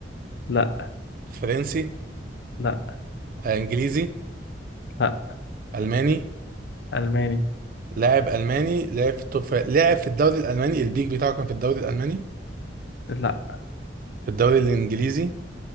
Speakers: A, on the left; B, on the right.
A: <laughs> لأ
B: فرنسي
A: لأ
B: آه، انجليزي
A: لأ
B: الماني
A: ألماني
B: لاعب الماني لاعب في التوب فايف- لاعب في الدوري الالماني البيك بتاعه كان في الدوري الالماني
A: لأ
B: في الدوري الانجليزي